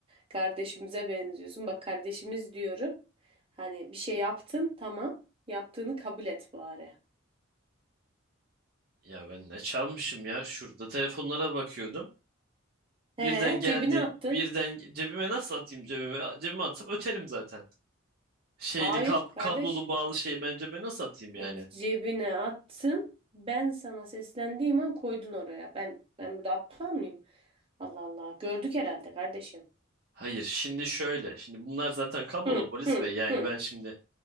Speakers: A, on the right; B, on the right.
A: kardeşimize benziyorsun. Bak kardeşimiz diyorum. Hani bir şey yaptın tamam. Yaptığını kabul et bari.
B: Ya ben ne çalmışım ya? Şurada telefonlara bakıyordum.
A: He
B: Birden geldin.
A: cebine attın.
B: Birden ge- cebime nasıl atayım cebime? Cebime atsam öterim zaten. Şeyli
A: Hayır
B: kab-
A: kardeş.
B: kablolu bağlı şeyi ben cebime nasıl atayım yani?
A: Peki, cebine attın. Ben sana seslendiğim an koydun oraya. Ben ben burada aptal mıyım? Allah Allah. Gördük herhalde kardeşim.
B: Hayır şimdi şöyle. Şimdi bunlar zaten kablolu
A: Hı
B: polis
A: hı
B: bey yani
A: hı
B: ben şimdi